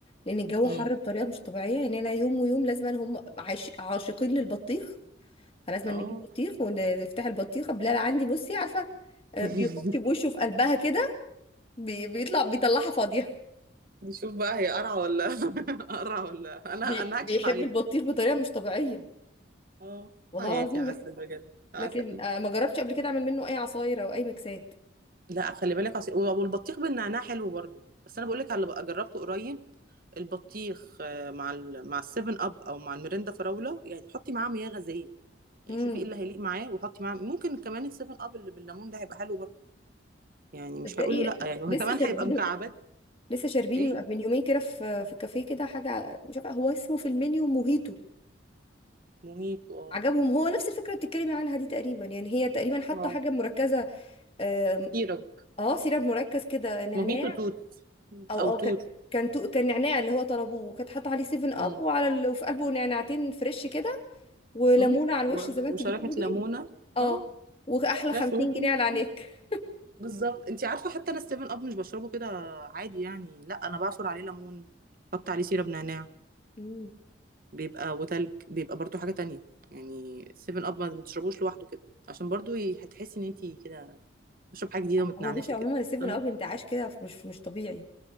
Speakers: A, on the left; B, on the right.
A: لان الجو
B: امم
A: حر بطريقة مش طبيعية يعني انا يوم ويوم لازم هم عايش... عاشقين للبطيخ فلازم
B: اه
A: نجيب بطيخ ونفتح البطيخة بلال عندي بصي عارفة آه،
B: <laughs>
A: بيخش بوشه في قلبها كده بي... بيطلع بيطلعها فاضية
B: نشوف بقى هي قرعه ولا <laughs> قرعه ولا
A: <laughs>
B: انا
A: بي...
B: انا
A: بيحب
B: هكشف عليها
A: البطيخ بطريقة مش طبيعية
B: اه
A: والله
B: حياتي
A: العظيم
B: عسل بجد عسل
A: لكن آه، ما جربتش قبل كده اعمل منه اي عصاير او اي ميكسات
B: لا خلي بالك عصير والبطيخ بالنعناع حلو برضو بس انا بقول لك على اللي بقى جربته قريب البطيخ آه، مع ال... مع السيفن اب او مع الميريندا فراوله يعني حطي معاه مياه غازيه يعني
A: امم
B: شوفي ايه اللي هيليق معاه وحطي معاه ممكن كمان السيفن اب اللي بالليمون ده هيبقى حلو برضو يعني مش
A: تصدقي
B: هقوله لا يعني وكمان
A: لسه شاربين
B: هيبقى مكعبات
A: لسه شاربين
B: ايه
A: من يومين كده في في كافيه كده حاجه مش عارفه هو اسمه في المنيو موهيتو
B: موهيتو اه
A: عجبهم هو نفس الفكره اللي بتتكلمي عنها دي تقريبا يعني هي تقريبا حاطه
B: اه
A: حاجه مركزه آم،
B: سيرب
A: اه سيراب مركز كده نعناع
B: موهيتو توت
A: او
B: او
A: او كان
B: توت
A: كان تو- كان نعناع اللي هو طلبوه وكانت حاطه عليه 7 اب
B: امم
A: وعلى ال... وفي قلبه نعناعتين فريش كده وليمونه
B: مم.
A: على
B: وشريحه
A: الوش زي ما انت بتقولي
B: ليمونه
A: اه
B: اه
A: واحلى
B: بس
A: 50
B: ممكن
A: جنيه على عينيك
B: بالظبط انت عارفه حتى انا السيفن اب مش بشربه كده عادي يعني لا انا بعصر عليه ليمون حط عليه سيرب نعناع
A: مم.
B: بيبقى وتلج بيبقى برضو حاجه تانية يعني السيفن اب ما تشربوش لوحده كده عشان برضو ي- هتحسي ان انت كده بشرب حاجه جديده ومتنعنشه
A: هو بصي عموما
B: كده
A: ال 7
B: فاهمة؟
A: اب انتعاش كده مش مش طبيعي